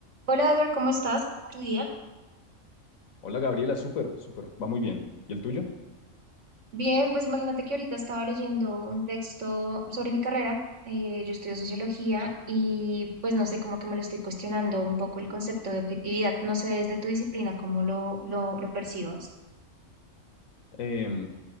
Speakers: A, on the right; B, on the left.
A: Hola Edward, ¿cómo estás? ¿Cómo va tu día?
B: Hola Gabriela, súper, súper, va muy bien. ¿Y el tuyo?
A: Bien, pues imagínate que ahorita estaba leyendo un texto sobre mi carrera. eh, yo estudio sociología y pues no sé, como que me lo estoy cuestionando un poco el concepto de objetividad. No sé desde tu disciplina cómo lo, lo, lo percibas.
B: Em,